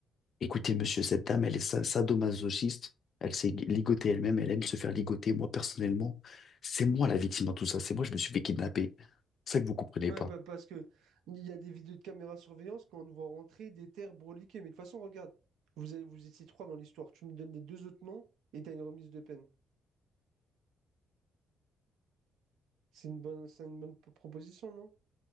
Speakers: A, on the left; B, on the right.
A: Écoutez, monsieur, cette dame, elle est sa- sadomasochiste. Elle s'est ligotée elle-même. Elle aime se faire ligoter. Moi, personnellement, c'est moi la victime dans tout ça. C'est moi, je me suis fait kidnapper. C'est ça que vous comprenez
B: Non,
A: pas.
B: mais pas- parce que il y a des vidéos de caméra surveillance quand on nous voit rentrer des terres broliquées. Mais de toute façon, regarde, vous avez, vous étiez trois dans l'histoire. Tu me donnes les deux autres noms et t'as une remise de peine. C'est une bonne, c'est une bonne proposition, non?